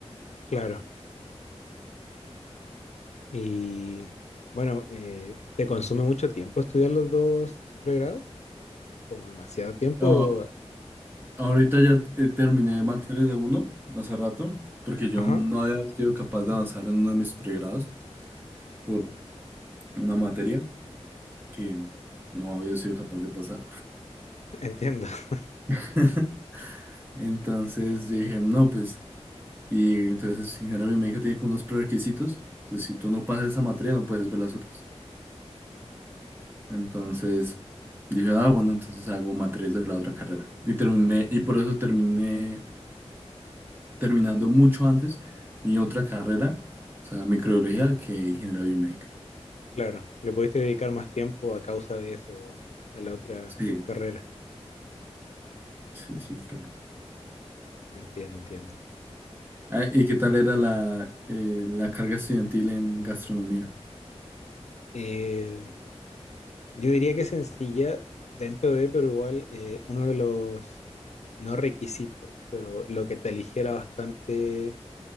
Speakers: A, on the left; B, on the right.
A: Claro. Y bueno, eh, ¿te consume mucho tiempo estudiar los dos pregrados? Como demasiado tiempo.
B: Ah, ahorita ya eh, terminé de materias de uno hace rato, porque yo
A: Ajá,
B: no había sido capaz de avanzar en uno de mis pregrados por una materia. que no había sido capaz de pasar.
A: entiendo. <laughs>
B: <laughs> Entonces dije, no, pues, y entonces ingeniería biomédica tiene como unos prerequisitos, entonces si tú no pasas esa materia no puedes ver las otras. Entonces dije, ah, bueno, entonces hago materias de la otra carrera. Y terminé, y por eso terminé terminando mucho antes mi otra carrera, o sea, microbiología, que ingeniería biomédica.
A: Claro. Le pudiste dedicar más tiempo a causa de eso al- a la otra
B: Sí,
A: carrera.
B: sí, sí, claro.
A: Entiendo, entiendo.
B: Ah, ¿Y qué tal era la, eh, la carga estudiantil en gastronomía?
A: Eh, yo diría que es sencilla dentro de, pero igual eh, uno de los, no requisitos, pero lo que te aligera bastante